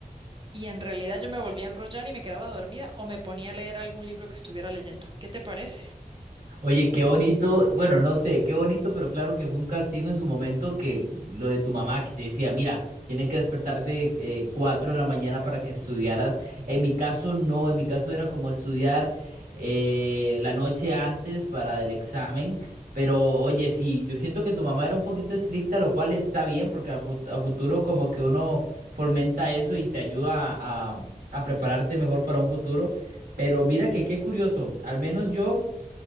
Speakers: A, on the right (about 35°); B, on the right (about 80°).
A: Y en realidad yo me volvía a enrollar y me quedaba dormida o me ponía a leer algún libro que estuviera leyendo. ¿Qué te parece?
B: Oye, qué bonito, bueno, no sé, qué bonito, pero claro que fue un castigo en su momento que lo de tu mamá que te decía, mira, tiene que despertarte eh, 4 de la mañana para que estudiaras. En mi caso no, en mi caso era como estudiar eh, la noche antes para el examen, pero oye, sí, yo siento que tu mamá era un poquito estricta, lo cual está bien, porque a, fu- a futuro como que uno fomenta eso y te ayuda a, a prepararte mejor para un futuro. Pero mira que qué curioso, al menos yo...